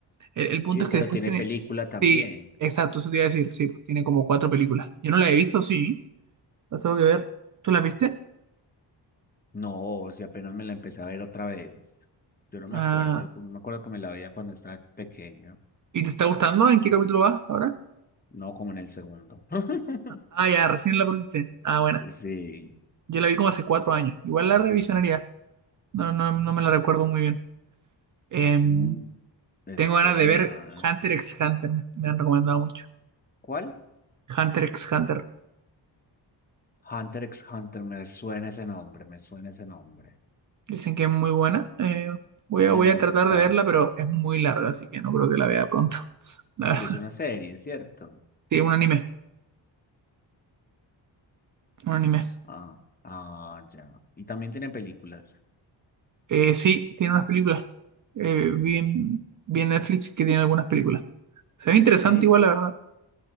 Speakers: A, on the right (about 45°); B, on the left (about 20°).
A: El, el punto
B: Y- Pero
A: es que después
B: tiene
A: tiene.
B: película también.
A: Sí, exacto, eso te iba a decir. Sí, pues tiene como cuatro películas. Yo no la he visto, sí. La tengo que ver. ¿Tú la viste?
B: No, si apenas me la empecé a ver otra vez. Yo no me
A: Ah,
B: acuerdo, yo me acuerdo que me la veía cuando estaba pequeño,
A: ¿y te está gustando? ¿En qué capítulo vas ahora?
B: no como en el segundo. <laughs>
A: Ah, ya, recién la pusiste. Ah, buena.
B: Sí,
A: Yo la vi como hace cuatro años. Igual la revisionaría. No, no, no me la recuerdo muy bien. Em,
B: es, mu- es
A: tengo
B: buena.
A: ganas de ver Hunter x Hunter. Me, me han recomendado mucho.
B: ¿Cuál?
A: Hunter x Hunter.
B: Hunter x Hunter, me suena ese nombre, me suena ese nombre.
A: Dicen que es muy buena. Eh, voy a,
B: ¿Y
A: voy
B: en dónde
A: a tratar
B: está?
A: de verla, pero es muy larga, así que no creo que la vea pronto. <laughs> La
B: Pero
A: verdad.
B: es una serie, ¿cierto?
A: Sí, un anime, un anime.
B: Ah, ah, ya. Y también tiene películas,
A: Eh, sí, tiene unas películas. Eh, vi en, vi en Netflix que tiene algunas películas. Se ve interesante
B: ¿sí?
A: igual, la verdad.